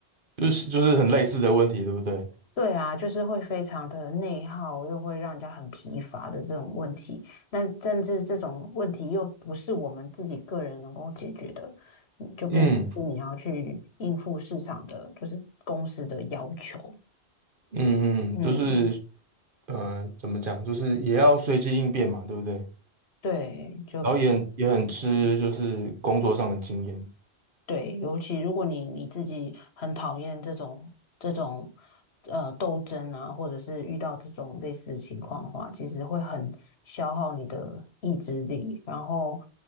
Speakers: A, on the right; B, on the left.
A: 就是就是很类似的问题，对不对？
B: 对啊，就是会非常的内耗，又会让人家很疲乏的这种问题。那甚至这种问题又不是我们自己个人能够解决的，嗯就变成是你要去应付市场的，
A: 嗯。
B: 就是公司的要求。
A: 嗯嗯，
B: 嗯，
A: 就是呃，怎么讲，就是也要随机应变嘛，对不对？
B: 对，就
A: 然后也很也很吃就是工作上的经验。
B: 对，尤其如果你你自己很讨厌这种这种呃斗争啊，或者是遇到这种类似的情况的话，其实会很消耗你的意志力。然后